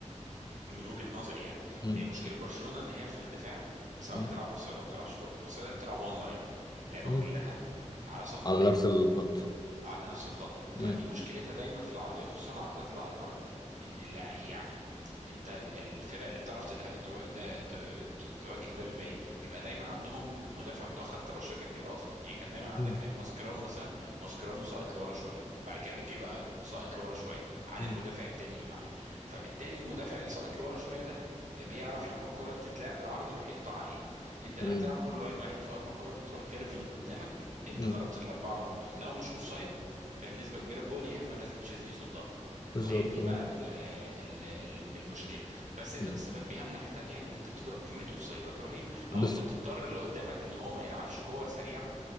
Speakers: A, on the right; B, on the left.
A: من وجهه نظري يعني
B: مم.
A: هي مشكله برشلونه ان هي في الدفاع سواء
B: مم.
A: بتلعب مصيدة او بتلعبش مصيدة بتلعب اونلاين اللعبه
B: مم.
A: كلها على صف
B: على
A: واحد
B: نفس الخط
A: على نفس الخط فدي
B: مم.
A: مشكلتها دايما في العرضيات خصوصا العرضيات اللي على الارض ان اللع- يعني انت ال- الفرق اللي بتعرف تده... تو- ده- ت... ت... تواجه ده بيبقى ايه بيبقى دايما عندهم مدافع متاخر انت برشلونه كانت كده اصلا يعني كان دايما عندك
B: مم.
A: ايام ماسكيرانو مثلا ماسكيرانو ساقط لورا شويه بعد كده بيكي بقى ساقط لورا شويه عن
B: مم.
A: المدافع التاني اللي معاه فبالتالي المدافع اللي ساقط لورا شويه ده بيعرف لما الكرة تتلعب بالعرض يروح يقطع عليها انت
B: مم.
A: لا بتلعب كل لاين واحد فاول ما الكرة بتروح كيرف من قدامك انت
B: مم.
A: ضربت الاربعه موجودين لو مش اوفسايد فهي بنسبه كبيره جون يا اما لازم تشيزني يصدها
B: بالظبط
A: وهي دي
B: مم.
A: بقى ال ال ال المشكله بس انت
B: مم.
A: بتستفاد بيها من ناحيه تانية ان انت بتضرب كميه اوفسايدات رهيبه او
B: بس
A: انت بتضطر اللي قدامك ان هو ما يلعبش كور سريعه